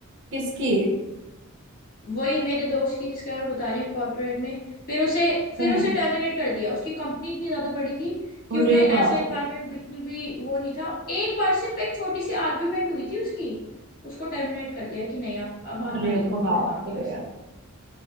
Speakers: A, on the right; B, on the left.
A: किसकी
B: वही मेरे दोस्त की जिसका मैं बता रही हूँ कॉर्पोरेट में फिर उसे फिर
A: तुम
B: उसे टर्मिनेट कर दिया उसकी कंपनी इतनी ज्यादा बड़ी थी कि
A: अरे
B: उन्हें ऐसा
A: बाप
B: एनवायरनमेंट
A: रे
B: बिल्कुल भी वो नहीं था एक बार सिर्फ एक छोटी सी आर्ग्यूमेंट हुई थी उसकी उसको टर्मिनेट कर दिया कि नहीं आप अब हमारी
A: अरे बाप
B: कंपनी में काम नहीं
A: रे
B: कर सकते